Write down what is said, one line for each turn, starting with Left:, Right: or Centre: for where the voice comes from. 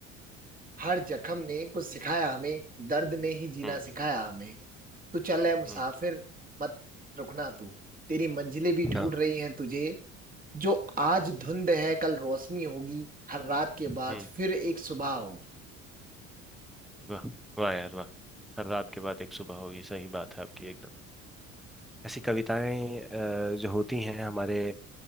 Right: हर जख्म ने कुछ सिखाया हमें दर्द ने ही जीना
Centre: हम्म
Right: सिखाया हमें तू चल है मुसाफिर
Centre: हम्म,
Right: मत रुकना तू तेरी मंजिलें भी ढूंढ
Centre: हाँ
Right: रही हैं तुझे जो आज धुंध है कल रोशनी होगी हर रात के
Centre: हम्म
Right: बाद फिर एक सुबह होगी
Centre: वाह वाह यार वाह हर रात के बाद एक सुबह होगी सही बात है आपकी एकदम ऐसी कविताएं अ, जो होती हैं हमारे अ,